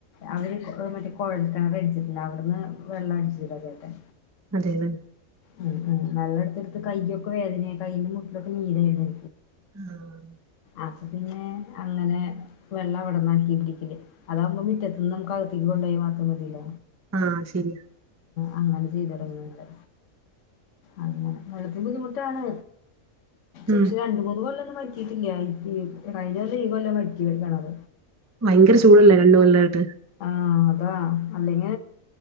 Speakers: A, on the left; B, on the right.
A: അവര് കൊ മറ്റേ കൊഴൽ കിണർ അടിച്ചിട്ട്ണ്ട് അവിടന്ന് വെള്ളം അടിച്ചെരും ആ ചേട്ടൻ
B: അതേ ലേ
A: ആഹ് ആഹ് വള്ളടുത്തടുത്തു കയ്യൊക്കെ വേദനയാ കയ്യിന്റെ മുട്ടിലൊക്കെ നീര എഴുന്ന
B: ആഹ്
A: അപ്പം പിന്നെ അങ്ങനെ വെള്ളം അവിടന്നാക്കി പിടിക്കല് അതാവകുമ്പോ മുറ്റത്ത നിന്ന് നമുക്ക്കത്തേക്ക് കൊണ്ടു പോയ മാത്രം മതില്ല
B: ആഹ് ശരിയാ
A: അങ്ങനെ ചെയ്തു തുടങ്ങ നിങ്ങള് അങ്ങനെ വെള്ളത്തി ബുദ്ധിമുട്ടാണ്
B: ഉം
A: പക്ഷെ രണ്ടുമൂന്ന് കൊല്ല മ അയ്യേ കഴിഞ്ഞ വർഷം ഈ കൊല്ലാ വറ്റിയെ ഒരു കേണർ
B: ഭയങ്കര ചൂടല്ലേ രണ്ട് കൊല്ലയിട്ട്
A: ആഹ് അതാ അല്ലെങ്ക